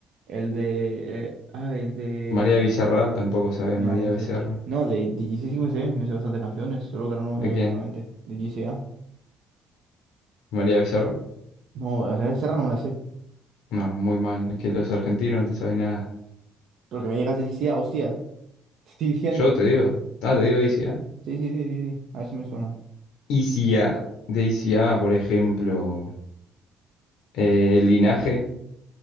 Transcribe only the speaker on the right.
el de. eh, ah, el de.
No,
no
sé. No, de, de GC sí que me sé, me sé bastantes canciones, solo que ahora no me
se viene
a la mente. De GCA.
No, Real Serra no me la sé.
Pero que me llegas de GCA, hostia. <laughs> Te estoy diciendo.
Sí, sí, sí, sí, sí. A ver si me suenan.